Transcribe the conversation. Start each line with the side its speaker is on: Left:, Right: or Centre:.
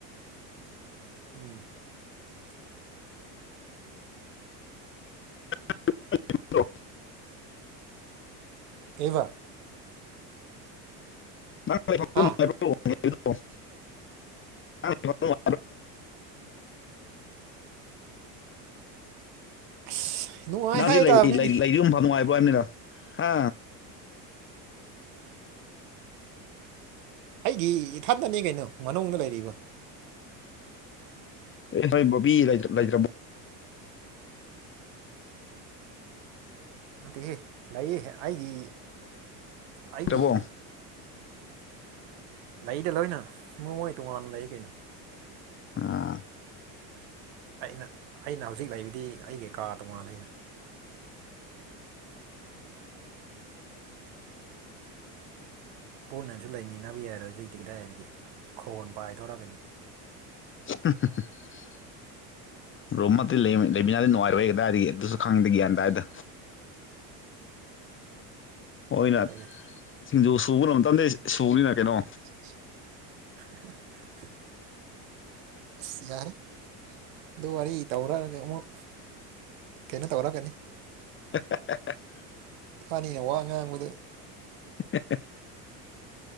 Right: ꯎꯝ
Left: <inaudible>
Right: ꯀꯩꯕ
Left: ꯉ
Right: ꯍꯥ ꯑꯁ ꯅꯨꯡꯉꯥꯏ ꯍꯥꯏꯕ
Left: ꯖꯤ
Right: ꯇꯥꯕꯅꯤꯅꯦ
Left: ꯂꯩꯨꯝ ꯐ ꯅꯨꯡꯉꯥꯏꯕ ꯍꯥꯏꯅꯤꯔ ꯍꯥ
Right: ꯑꯩꯒꯤ ꯏꯊꯟꯗꯅꯤ ꯀꯩꯅꯣ ꯃꯅꯨꯡꯗ ꯂꯩꯔꯤꯕ
Left: ꯑꯦ ꯍꯣꯏ ꯕꯕꯤꯤ ꯂ ꯂꯥꯏꯗ꯭ꯔ
Right: ꯅꯠꯇꯦꯍꯦ ꯂꯌꯦ ꯑꯩꯒꯤ ꯑꯩꯒꯤ
Left: ꯇ꯭ꯔꯕꯣ
Right: ꯂꯩꯗ ꯂꯣꯏꯅ ꯃꯃꯣꯏ ꯇꯣꯉꯥꯟꯅ ꯂꯩ ꯀꯩꯅꯣ
Left: ꯑꯥ
Right: ꯑꯩꯅ ꯑꯩꯅ ꯍꯧꯖꯤꯛ ꯂꯩꯕꯗꯤ ꯑꯩ ꯀꯩꯀꯥ ꯇꯣꯉꯥꯟ ꯂꯩꯅ ꯄꯨꯟꯅꯁꯨ ꯂꯩꯃꯤꯟꯅꯕ ꯌꯥꯔꯣꯏ ꯍꯧꯖꯤꯛꯇꯤ ꯀꯗꯥꯏꯗꯒꯤ ꯈꯣꯟ ꯄꯥꯏꯊꯣꯔꯛꯀꯅꯤ
Left: <unintelligible> ꯔꯣꯝꯃ ꯂꯩꯃꯤꯅꯥꯗꯤ ꯅꯨꯡꯉꯥꯏꯔꯩ ꯀꯗꯥꯏ ꯑꯗꯨꯁꯨ ꯈꯪꯗꯦ ꯒ꯭ꯌꯥꯟ ꯑꯗꯨꯗꯥꯏꯗ ꯍ ꯑꯣꯏꯅ
Right: ꯑꯩꯁꯦ
Left: ꯁꯤꯡꯖꯨ ꯁꯨꯕ ꯃꯇꯝꯗꯩ ꯁꯨꯕꯅꯤꯅ ꯀꯩꯅꯣ
Right: <unintelligible> ꯑꯁ ꯌꯥꯔꯦ ꯑꯗꯨ ꯋꯥꯔꯤ ꯇꯧꯔꯛꯑꯒ ꯑꯃꯨꯛ ꯀꯩꯅꯣ ꯇꯧꯔꯛꯀꯅꯤ
Left: <inaudible>
Right: ꯏꯄꯥꯅꯤꯅ ꯋꯥ ꯉꯥꯡꯕꯗ
Left: ꯎ